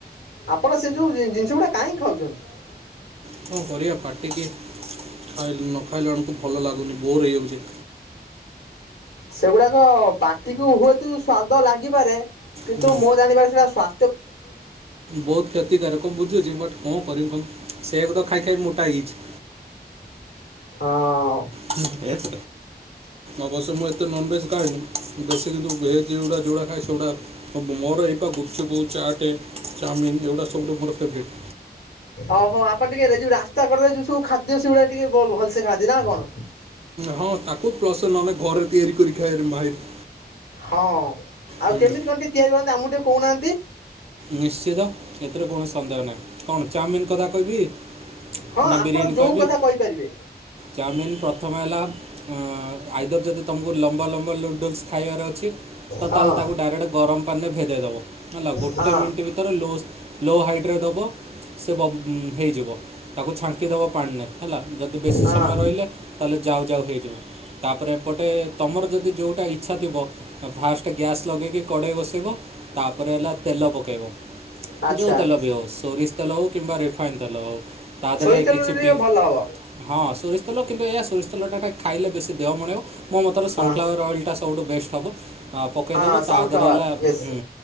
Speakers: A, on the left (about 70°); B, on the right (about 35°).
A: ଆପଣ ସେ ଯୋଉ ଜିନ ଜିନିଷ ଗୁଡା କାଇଁ ଖାଉଛନ୍ତି?
B: କଁ କରିଆ ପାଟି କିି ଖାଇଲେ ନ ଖାଇଲା ବେଳକୁ ଭଲ ଲାଗୁନି ବୋର ହେଇଯାଉଚି।
A: ସେଗୁଡାକ ପାଟିକୁ ହୁଏତୁ ସ୍ଵାଦ ଲାଗିପାରେ କିନ୍ତୁ
B: ହୁଁ
A: ମୋ ଜାଣବାରେ ସେଟା ସ୍ଵା
B: ବହୁତ କ୍ଷତିକାରକ ବୁଝୁଚି ବଟ କଁ କରିମି କହୁନ? ସେଇଆକୁ ତ ଖାଇ ଖାଇ ମୋଟା ହେଇଚି।
A: ହଁ।
B: ହୁଁ ଏସ୍। ଅବଶ୍ୟ ମୁଁ ଏତେ ନନଭେଜ ଖାଏନି ବେଶୀ କିନ୍ତୁ ଭେଜ ଗୁରା ଯୋଉଗୁଡା ଖାଏ ସେଗୁଡା ସବୁ ମୋର ବିକ ଗୁପଚୁପୁ, ଚାଟେ, ଚାଉମିିନ ଏଗୁଡା ସବୁଠୁ ମୋର ଫେବରାଇଟ୍।
A: ଓହୋ ଆପଣ ଟିକେ ଏ ଯୋଉ ରାସ୍ତା କଡ଼ରେ ଯୋଉ ସବୁ ଖାଦ୍ୟ ସେଗୁଡ଼ା ଟିକେ ଭଲ ଭଲସେ ଖାଆନ୍ତି ନା କଣ?
B: ହଁ ତାକୁ ପ୍ଲସ ନହେଲେ ଘରେ ତିଆରି କରି ଖାଇଆର ମାହିର।
A: ହଁ ଆଉ
B: ହୁଁ,
A: କେମିତି କଣ ଟିକେ ତିଆରି କରନ୍ତି ଆମକୁ ଟିକେ କହୁନାହାନ୍ତି?
B: ନିଶ୍ଚିତ ଏଥିରେ କୌଣସି ସନ୍ଦେହ ନାହିଁ କଣ ଚାଉମିିନ କଥା କହିବି?
A: ହଁ
B: ନା
A: ଆପଣ
B: ବିରିୟାନୀ
A: ଯୋଉ
B: କହିବି
A: କଥା କହିପାରିବେ।
B: ଚାଉମିନ୍ ପ୍ରଥମେ ହେଲା ଏଁ ଆଇଦର ଯଦି ତମକୁ ଲମ୍ବା ଲମ୍ବା ଲୁଡୁଲସ ଖାଇବାର ଅଛି ତ
A: ହଁ
B: ତାହେଲେ ତାକୁ ଡାଇରେକ୍ଟ ଗରମ ପାନୀରେ ଭେଦ ଇ ଦବ, ହେଲା ଗୋଟେ
A: ହଁ
B: ମିନିଟ ଭିତରେ ଲୋ ଲୋ ହାଇଟରେ ଦବ। ସେ ବ ହେଇଯିବ ତାକୁ ଛାଙ୍କି ଦେବ ପାଣିିରେ। ହେଲା ଯଦି ବେଶୀ
A: ହଁ
B: ସମୟ ରହିଲେ ତାହେଲେ ଯାଉ ଯାଉ ହେଇଯିବ। ତାପରେ ଏପଟେ ତମର ଯଦି ଯୋଉଟା ଇଚ୍ଛା ଥିବ ଫାଷ୍ଟ ଗ୍ୟାସ୍ ଲଗେଇକି କଡ଼େଇ ବସେଇବ ତାପରେ ହେଲା ତେଲ ପକେଇବ,
A: ଆଚ୍ଛା।
B: ଯୋଉ ତେଲ ବିି ହଉ ସୋରିଷ ତେଲ ହେଉ କିମ୍ବା ରିଫାଇନ୍ ତେଲ ହେଉ ତା
A: ସୋରିଷ
B: ଦେହରେ
A: ତେଲରେ
B: କିଛିି
A: ଟିକେ
B: ବି
A: ଭଲ ହବ
B: ହଁ ସୋରିଷ ତେଲ କିନ୍ତୁ ଏଇଆ ସୋରିଷ ତେଲଟା ଖାଇଲେ ବେଶି ଦେହ ମଣେଇବ। ମୋ ମତରେ ସନ୍
A: ହଁ
B: ଫ୍ଲାୱାର ଅଏଲ୍ ଟା ସବୁଠୁ ବେଷ୍ଟ ହବ, ପକେଇ
A: ହଁ
B: ଦେବ
A: ସନଫ୍ଲାୱାର
B: ତା ଧେରେ ହେଲା,
A: ୟେସ୍
B: ହୁଁ।